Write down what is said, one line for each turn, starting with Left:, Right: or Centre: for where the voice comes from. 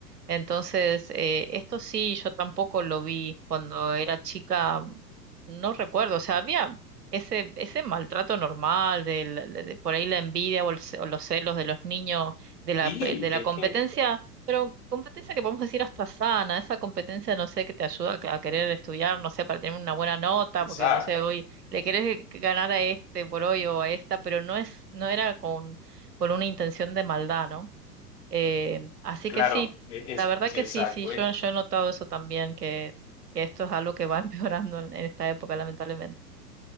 Right: Entonces, eh, esto sí, yo tampoco lo vi cuando era chica, no recuerdo, o sea, había ese, ese maltrato normal, del- de, de por ahí la envidia o, el ce- o los celos de los niños, de la,
Left: Sí,
Right: pe- de la
Left: es
Right: competencia,
Left: que,
Right: pero competencia que podemos decir hasta sana, esa competencia, no sé, que te ayuda a, que- a querer estudiar, no sé, para tener una buena nota,
Left: exacto,
Right: porque no sé, hoy le querés ganar a este por hoy o a esta, pero no es, no era con, con una intención de maldad, ¿no? Eh, así
Left: claro,
Right: que sí,
Left: e- es,
Right: la verdad
Left: exacto.
Right: que sí, sí, yo, yo he notado eso también, que, que esto es algo que va <laughs> empeorando en en esta época, lamentablemente.